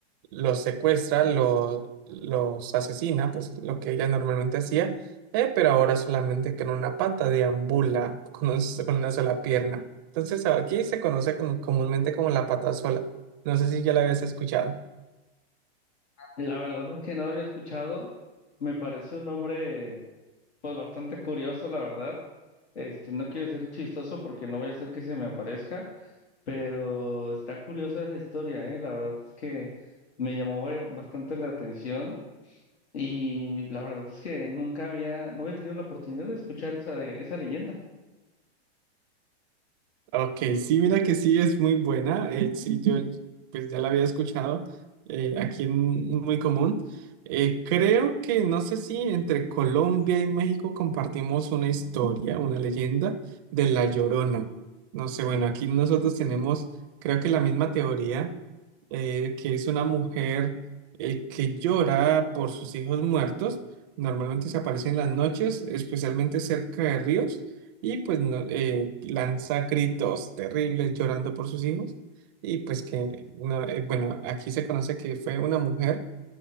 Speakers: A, on the right (about 20°); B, on the left (about 85°).
A: los secuestra, lo- los asesina, pues lo que ella normalmente hacía, eh, pero ahora solamente con una pata deambula, <laughs> con, un- con una sola pierna. Entonces aquí se conoce como- comúnmente como la pata sola. No sé si ya la habías escuchado.
B: La verdad es que no lo había escuchado. Me parece un nombre, pues, bastante curioso, la verdad. Este, no quiero decir chistoso porque no voy a hacer que se me aparezca, pero está curiosa esa historia, ¿eh? La verdad es que me llamó ba- bastante la atención. Y la verdad es que nunca había, no había tenido la oportunidad de escuchar esa, de, esa leyenda.
A: Ok, sí, mira que sí es muy buena. eh, sí, yo pues ya la había escuchado eh, aquí es muy común. Eh, creo que no sé si entre Colombia y México compartimos una historia, una leyenda de La Llorona. No sé, bueno, aquí nosotros tenemos creo que la misma teoría, eh, que es una mujer eh, que llora por sus hijos muertos. Normalmente se aparece en las noches, especialmente cerca de ríos y pues no, eh, lanza gritos terribles llorando por sus hijos y pues que, no, eh, bueno, aquí se conoce que fue una mujer